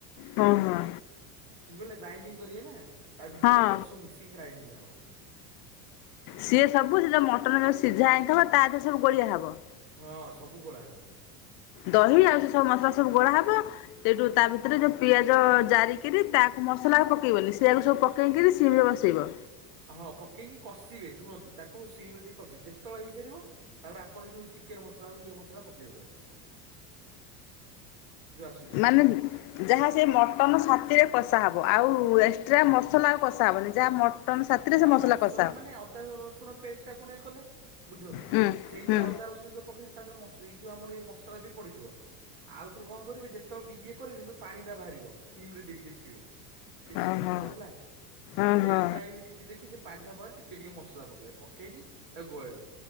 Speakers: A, on the left; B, on the right.
A: ହଁ ହଁ।
B: ବୁଝିପାରିଲେ ଗ୍ରାଇଣ୍ଡିଙ୍ଗ୍ କରିବେ ନା ତା ଭିତରେ
A: ହଁ
B: ଏକାଥରେ ସବୁ ମିଶିକି ଗ୍ରାଇଣ୍ଡିଙ୍ଗ୍ ହବ।
A: ସିଏ ସବୁ ସେ ଯଉ ମଟନ ଯଉ ସିଝା ହେଇଥିବ ତା ଦେହରେ ସବୁ ଗୋଳିଆ ହବ?
B: ହଁ ସବୁ ଗୋଳା ହବ।
A: ଦହି ଆଉ ସେ ସବୁ ମସଲା ସବୁ ଗୋଳା ହବ ସେଇଠୁ ତା ଭିତରେ ଯଉ ପିଆଜ ଜାରିକିରି ତାକୁ ମସଲା ଆଉ ପକେଇବନି ସେଇଆକୁ ସବୁ ପ ପକେଇକିରି ସିମ୍ ରେ ବସେଇବ?
B: ହଁ ପକେଇକି କଷିବେ ଶୁଣନ୍ତୁ ତାକୁ ସିମ୍ ରେ ଦେଇ କଷି ଯେତେବଳେ ହେଇସାରିବ ତାପରେ ଆପଣ ଯଉ ଚିକେନ୍ ମସଲା ହଉ ଇଏ ମସଲା ପକେଇବେ ତା ଦେହରେ। ଯୋଉ ଆସୁଛି ଆମର।
A: ମାନେ ଯାହା ସେ ମଟନ ସାଥିରେ କଷାହବ ଆଉ ଏକ୍ସଟ୍ରା ମସଲା ଆଉ କଷା ହବନି? ଯାହା ମଟନ
B: ଆ-ଆ-ନା
A: ସାଥିରେ ସେ
B: ମସଲା
A: କଷା ହବ
B: ମାନେ ଅଦା ରସୁଣ ପେଷ୍ଟ ଆପଣ ଇଏ କଲେ ବୁଝନ୍ତୁ
A: ହୁଁ
B: ସେଇଥିରେ
A: ହୁଁ
B: ଅଦା ରସୁଣ ଯଉ ପକେଇଚନ୍ତି ତା ଦେହରେ ମସ- ଏଇ ଯଉ ଆମର ଏ ମସଲା ବି ପଡିଥିବ। ଆଉଥରେ କଣ କରିବେ ଯେତବେଳେ ଇଏ କରିବେ ସେତେବେଳେ ପାଣି ଟା ବାହାରିବ ସିମ୍ ରେ ଦେଇକି ଦେଖିବେ। ସେ ସିଜୁଥିବ
A: ଓହୋ
B: ହେଲା
A: ଓହୋ
B: ସେଇ ସିଜି କି ଦେଖି ସେ ପାଣି ଟା ମଲେ ଟିକେ ଟିକେ ମସଲା ପକେଇବେ ପକେଇକି ତାକୁ ଗୋଳେଇବେ